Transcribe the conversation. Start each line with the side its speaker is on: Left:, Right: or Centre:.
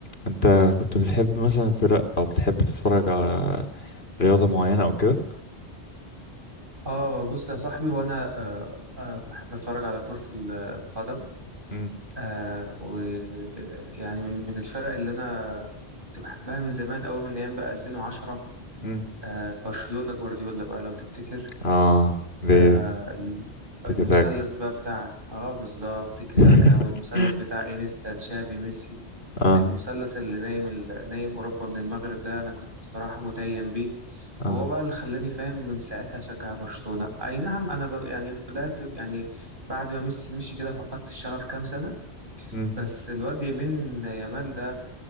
Left: انت كنت بتحب مثلا فرق او بتحب تتفرج على رياضة معينة او كده
Right: اه بص يا صاحبي وانا آه، آه، بحب اتفرج على كرة ال- القدم
Left: امم
Right: آه ويعني من من الفرق اللي انا كنت بحبها من زمان قوي من ايام بقى 2010
Left: امم
Right: آه برشلونة جوارديولا بقى لو تفتكر
Left: اه دي
Right: آه ال-
Left: تيكي
Right: المثلث
Left: تاك
Right: بقى بتاع اه بالظبط تيكي
Left: <laughs>
Right: تاكا والمثلث بتاع انيستا تشافي ميسي
Left: اه
Right: المثلث اللي نايم ال... نايم اوروبا من المغرب ده انا كنت الصراحة متيم بيه
Left: اه
Right: وهو بقى اللي خلاني فاهم من ساعتها أشجع برشلونة أي نعم أنا ب... يعني بدأت يعني بعد ما ميسي مشي كده فقدت الشغف كام سنة
Left: امم
Right: بس الواد يمين يامال ده